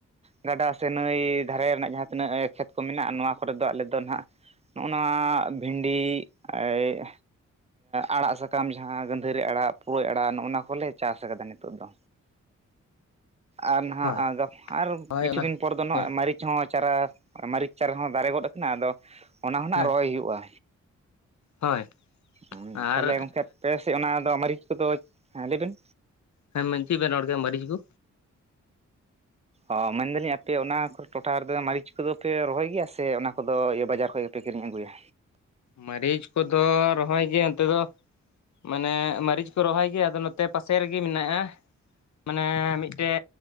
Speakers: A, on the right; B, on the left.
A: ᱜᱟᱰᱟ ᱥᱮ ᱱᱟᱹᱭ ᱫᱷᱟᱨᱮ ᱨᱮᱱᱟᱜ ᱡᱟᱦᱟᱸ ᱛᱤᱱᱟᱹᱜ ᱠᱷᱮᱛ ᱠᱚ ᱢᱮᱱᱟᱜᱼᱟ, ᱱᱚᱣᱟ ᱠᱚᱨᱮ ᱫᱚ ᱟᱞᱮ ᱫᱚ ᱱᱟᱦᱟᱜ ᱱᱚᱜ ᱱᱚᱣᱟ ᱵᱷᱤᱱᱰᱤ ᱮᱭᱷ, ᱟᱲᱟᱜ ᱥᱟᱠᱟᱢ ᱡᱟᱦᱟᱸ ᱜᱟᱸ ᱫᱷᱟᱹᱨᱤ ᱟᱲᱟᱜ ᱯᱩᱨᱟᱹ ᱟᱲᱟᱜ ᱱᱚᱜᱼᱚ ᱱᱚᱣᱟ ᱠᱚᱞᱮ ᱪᱟᱥ ᱟᱠᱟᱫᱟ ᱱᱤᱛᱳᱜ ᱫᱚ᱾ ᱟᱨ ᱱᱟᱦᱟᱜ
B: ᱦᱳᱭ
A: ᱟᱫᱚ ᱟᱨ
B: ᱦᱳᱭ
A: ᱠᱤᱪᱷᱩ
B: ᱚᱱᱟ
A: ᱫᱤᱱ ᱯᱚᱨ ᱫᱚ ᱱᱟ
B: ᱦᱳᱭ
A: ᱢᱟᱹᱨᱤᱪ ᱦᱚᱸ ᱪᱟᱨᱟ ᱢᱟᱹᱨᱤᱪ ᱪᱟᱨᱟ ᱦᱚᱸ ᱫᱟᱨᱮ ᱜᱚᱫ ᱟᱠᱟᱱᱟ ᱟᱫᱚ ᱚᱱᱟ ᱦᱚᱸᱱᱟᱜ
B: ᱦᱮᱸ
A: ᱨᱚᱦᱚᱭ ᱦᱩᱭᱩᱜᱼᱟ,
B: ᱦᱳᱭ
A: ᱩ
B: ᱟᱨ
A: ᱛᱷᱟᱞᱮ ᱜᱚᱝᱠᱮ ᱟᱯᱮ ᱪᱮᱫ ᱚᱱᱟ ᱫᱚ ᱢᱟᱹᱨᱤᱪ ᱠᱚᱫᱚ, ᱦᱮᱸ ᱞᱟᱹᱭ ᱵᱤᱱ᱾
B: ᱦᱮᱸ <unintelligible> ᱪᱮᱫ ᱵᱮᱱ ᱨᱚᱲ ᱠᱮᱫᱟ ᱢᱟᱹᱨᱤᱪ ᱠᱩ?
A: ᱚ ᱢᱮᱱᱫᱟᱞᱤᱧ ᱟᱯᱮ ᱚᱱᱟ ᱠᱚ ᱴᱚᱴᱷᱟ ᱨᱮᱫᱚ ᱢᱟᱹᱨᱤᱪ ᱠᱚᱫᱚ ᱯᱮ ᱨᱚᱦᱚᱭ ᱜᱮᱭᱟ ᱥᱮ ᱚᱱᱟ ᱠᱚᱫᱚ ᱤᱭᱟᱹ ᱵᱟᱡᱟᱨ ᱠᱷᱚᱡ ᱯᱮ ᱠᱤᱨᱤᱧ ᱟᱹᱜᱩᱭᱟ?
B: ᱢᱟᱹᱨᱤᱪ ᱠᱚᱫᱚ ᱨᱚᱦᱚᱭ ᱜᱮ ᱱᱚᱱᱛᱮ ᱫᱚ, ᱢᱟᱱᱮ ᱢᱟᱹᱨᱤᱪ ᱠᱚ ᱨᱚᱦᱚᱭ ᱜᱮᱭᱟ ᱟᱫᱚ ᱱᱚᱛᱮ ᱯᱟᱥᱮ ᱨᱮᱜᱮ ᱢᱮᱱᱟᱜᱼᱟ᱾ ᱢᱟᱱᱮ ᱢᱤᱫᱴᱮᱡ,